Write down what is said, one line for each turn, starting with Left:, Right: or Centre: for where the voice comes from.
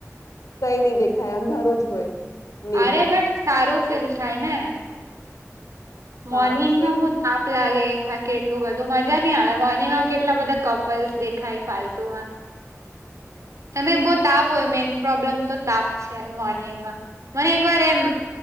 Left: કઈ નહી દેખાય અંધારો જ હોય મે
Right: અરે
Left: બી
Right: ભટ સારું ફીલ થાય ને મોર્નિંગમાં
Left: સારું ફીલ
Right: થાપ લાગેા કેટલું બધું મજા નહી આવે મોર્નિંગમાં કેટલા બધા કપલ્સ દેખાય ફાલતુ ત બહ તાપ હોય મેન પ્રોબ્લેમ તો તાપ છે મોર્નિંગમાં મને એક વાર એમ